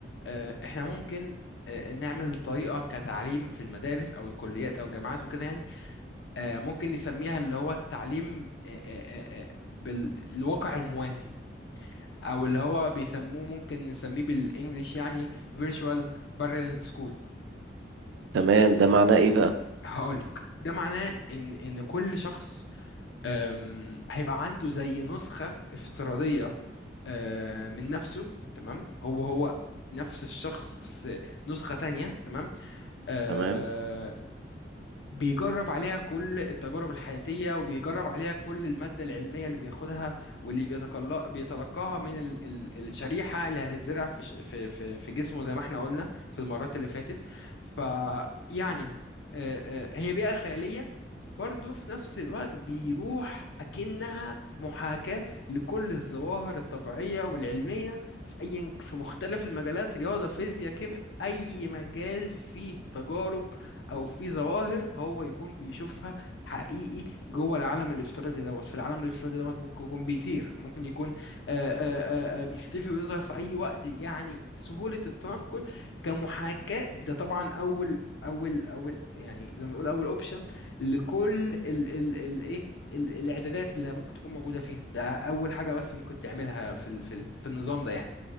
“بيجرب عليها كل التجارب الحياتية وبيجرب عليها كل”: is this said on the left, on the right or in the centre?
Left